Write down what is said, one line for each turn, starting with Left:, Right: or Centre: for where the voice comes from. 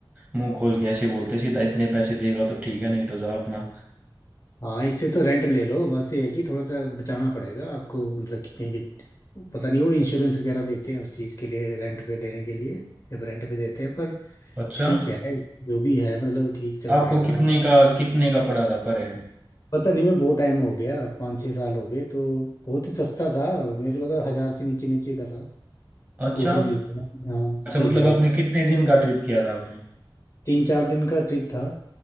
Right: मुंह खोल के ऐसे बोलते सीधा इतने पैसे देगा तो ठीक है नहीं तो जा अपना
Left: हाँ इससे तो रेंट ले लो बस ये है कि थोड़ा सा बचाना पड़ेगा आपको मतलब कि कहीं भी पता नहीं वो इंश्योरेंस वगैरह देते हैं उस चीज़ के लिए रेंट पे देने के लिए जब रेंट पे देते हैं पर
Right: अच्छा
Left: ठीक है जो भी है मतलब ठीक चल
Right: आपको
Left: पड़ेगा
Right: कितने
Left: आप
Right: का कितने का पड़ा था पर हेड
Left: पता नहीं मैं बहुत टाइम हो गया पाँच छः साल हो गए तो बहुत ही सस्ता था मेरे को तो हज़ार से नीचे नीचे का था स्कूटर
Right: अच्छा
Left: लिया था मैंने, हाँ स्कूटर
Right: अच्छा मतलब
Left: एक
Right: आपने कितने दिन का ट्रिप किया था आपने
Left: तीन चार दिन का ट्रिप था